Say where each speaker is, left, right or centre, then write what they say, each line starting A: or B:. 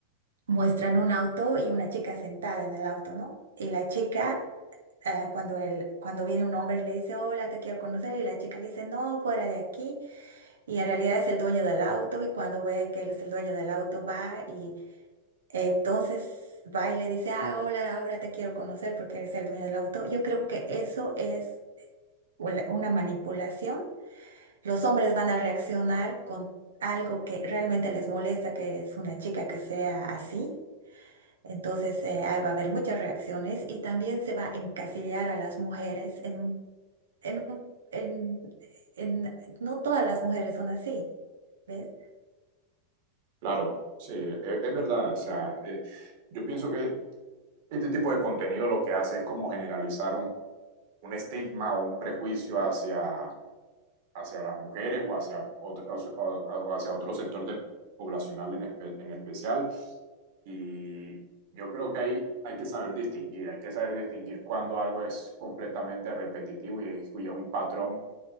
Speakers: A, on the right; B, on the right.
A: muestran un auto y una chica sentada en el auto, ¿no? Y la chica, eh, cuando, él, cuando viene un hombre y le dice, hola, te quiero conocer, y la chica le dice, no, fuera de aquí. Y en realidad es el dueño del auto y cuando ve que él es el dueño del auto va y Entonces va y le dice, ah, hola, ahora te quiero conocer porque eres el dueño del auto. Yo creo que eso es una una manipulación. Los hombres van a reaccionar con algo que realmente les molesta, que es una chica que sea así. Entonces eh, ahí va a haber muchas reacciones y también se va a encasillar a las mujeres en un, en un- en, en- no todas las mujeres son así, ¿ves?
B: Claro, sí, e- es, verdad. O sea, eh, yo pienso que este tipo de contenido lo que hace es como generalizar un, un estigma o un prejuicio hacia, hacia las mujeres o hacia, otro, o- o hacia otro sector de, poblacional en, espe- en especial. Y yo creo que ahí hay que saber distinguir, hay que saber distinguir cuando algo es completamente repetitivo y es, y es un patrón